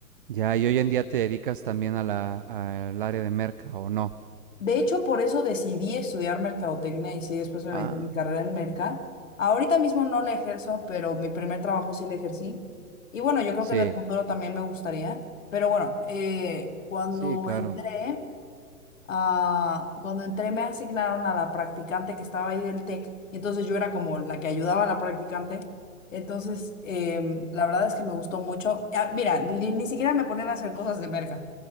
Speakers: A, on the right; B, on the left.
A: Ya, y hoy en día te dedicas también a la, al área de merca, ¿o no?
B: De hecho, por eso decidí estudiar mercadotecnia y sí, después me
A: Ah,
B: metí en mi carrera en merca. Ahorita mismo no la ejerzo, pero mi primer trabajo sí la ejercí. Y bueno, yo creo
A: sí.
B: que en el futuro también me gustaría. Pero bueno, eh, cuando
A: Sí, claro.
B: entré, ah, cuando entré me asignaron a la practicante que estaba ahí del TEC. Y entonces yo era como la que ayudaba a la practicante. Entonces, em, la verdad es que me gustó mucho. Ah, mira, ni, ni siquiera me ponían a hacer cosas de merca.